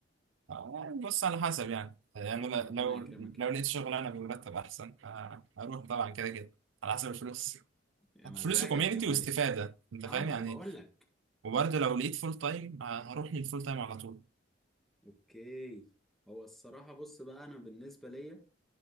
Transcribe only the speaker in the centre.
يا عم
ربنا
يكرمك
يا عم
يا مزاجك
يا ملك
اه
ما
بقول لك
اوكي هو الصراحة بص بقى انا بالنسبة ليا